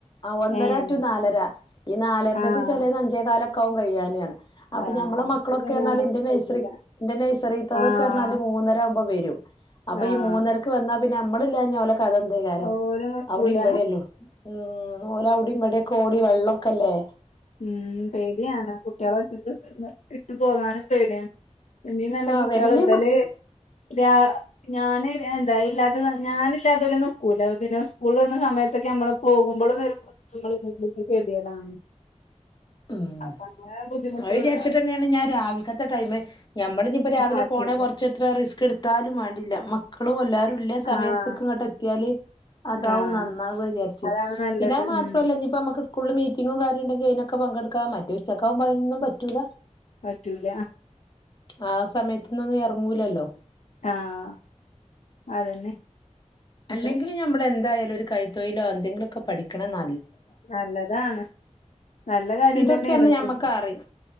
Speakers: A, on the left; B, on the left.
A: ആ ഒന്നര
B: ഏഹ്
A: റ്റൂ നാലര ഈ നാലരേത്
B: ആഹ്
A: ചിലത് അഞ്ചേകാലൊക്കാവും കഴിയെണ്ടിയാണ് അപ്പൊ
B: ആഹ്
A: ഞമ്മളെ
B: അപ്പൊ
A: മക്കളൊക്കെ
B: പിന്നെ
A: എന്നാൽ
B: നമ്മക്ക്
A: ഇന്റെനനുസരിച്ച്
B: പറ്റൂല
A: എന്റെ നൈസറിതതൊക്കെ
B: ആഹ്
A: പറഞ്ഞാല് മൂന്നര ആകുമ്പോ വരും അപ്പൊ
B: ആഹ്
A: ഈ മൂന്നരക്ക് വന്നാ പിന്നെ നമ്മളില്ലാഞ്ഞ അതിൻ്റെ വിചാരം
B: ഓര് നിക്കൂല
A: അവിടെ ഇമ്പടെല്ലോ ഉം ഓള് അവിടെ ഇമ്പടെക്കെ കോടി വെള്ളമൊക്കെല്ലേ
B: ഉം പേടിയാണ് കുട്ടികള് ഒറ്റക്ക്ന്ന് ഇട്ട് പോകാനും പേടിയാണ് ഇന്നീ വരുന്ന
A: ആഹ്
B: കുട്ടികള്
A: വല്യ
B: ഇപ്പലെ
A: മക്ക
B: രാ ഞാന് എന്താ ഇല്ലാത ഞാന് ഇല്ലാതുപോന്ന് കുലാബിലാ സ്കൂള് ഉള്ള സമയത്തൊക്കെ നമ്മള് പോകുമ്പോഴും വരുമ്പോ നമ്മള് <unintelligible>
A: ആഹ
B: അപ്പൊ അങ്ങനെ ബുദ്ധിമുട്ടുള്ള
A: അത് വിചാരിച്ചിട്ട് തന്നെയാണ് ഞാൻ രാവിലത്തെ ടൈമിംഗ് ഞമ്മള് ഇപ്പോ രാവിലെ
B: ആക്കിയത്
A: പോണ കൊറച്ച് എത്ര റിസ്ക് എടുത്താലും വേണ്ടില്ല. മക്കളും എല്ലാവാരും ഉളള സമയത്ത്
B: ആഹ്
A: ഇങ്ങോട്ട് എത്തിയാല് അതാവും
B: ആഹ്
A: നന്നാവുആന്ന് വിചാരിച്ചു
B: അതാണ് നല്ലത്
A: പിന്നെ അത് മാത്രല്ല
B: ഉം
A: ഇപ്പം നമുക്ക് സ്കൂളിൽ മീറ്റിങ്ങും കാര്യവുണ്ടെങ്കിൽ അതിനൊക്കെ പങ്കെടുക്കാം മറ്റ് ഉച്ചക്കാവുമ്പോ അതിനൊന്നും പറ്റൂല്ല
B: പറ്റൂല
A: ആ സമയത്തിന് ഒന്നും നീ ഇറങ്ങൂലല്ലോ
B: ആഹ അതന്നെ
A: അല്ലെങ്കിൽ
B: ഇപ്പൊ
A: നമ്മൾ എന്തായാലും ഒരു കൈ തൊഴിലോ എന്തങ്കിലൊക്കെ പഠിക്കണം
B: നല്ലതാണ് നല്ല കാര്യം
A: ഇതൊക്കെ
B: തന്നെയാണ്
A: ഞമ്മക്കറിയാം
B: പിന്നെ